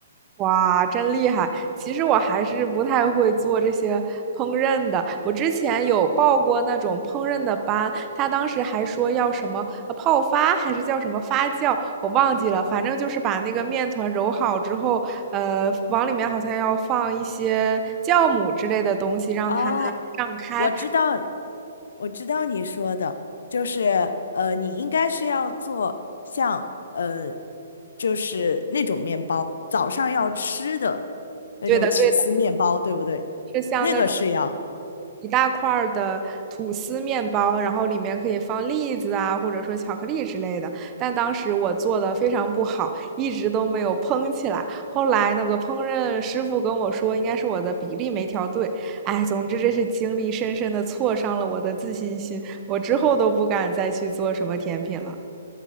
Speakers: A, on the right; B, on the left.
A: 哇，真厉害！其实我还是不太会做这些烹饪的。我之前有报过那种烹饪的班，他当时还说要什么呃泡发，还是叫什么发酵，我忘记了。反正就是把那个面团揉好之后，呃，往里面好像要放一些酵母之类的东西，让它胀开。
B: 哦，我知道，我知道你说的，就是呃，你应该是要做像呃，就是那种面包，早上要吃的那种起司面包，
A: 对的，对的，
B: 对不对？
A: 是像那种
B: 那个是要，
A: 一大块儿的吐司面包，然后里面可以放栗子啊，或者说巧克力之类的。但当时我做的非常不好，一直都没有蓬起来。后来那个烹饪师傅跟我说，应该是我的比例没调对。哎，总之这是经历深深的挫伤了我的自信心，我之后都不敢再去做什么甜品了。